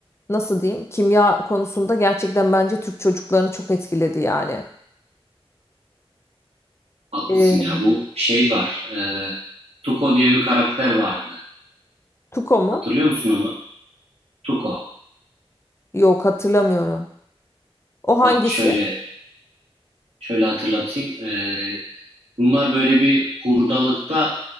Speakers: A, on the left; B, on the right.
A: nasıl diyeyim kimya konusunda gerçekten bence Türk çocuklarını çok etkiledi yani.
B: Haklısın
A: E,
B: ya. Bu şey var. E, Tuko diye bir karakter vardı.
A: Tuko mu?
B: Hatırlıyor musun onu? Tuko.
A: Yok hatırlamıyorum. O hangisi?
B: Bak şöyle şöyle hatırlatayım. E, bunlar böyle bir hurdalıkta